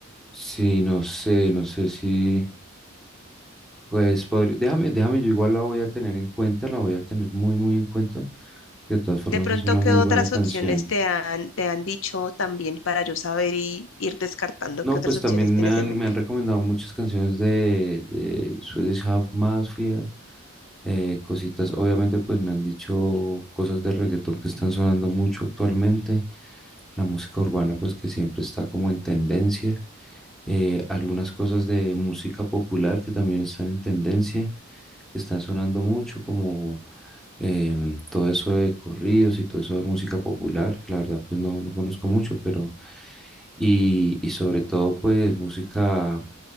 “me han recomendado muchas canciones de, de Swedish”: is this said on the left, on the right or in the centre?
Centre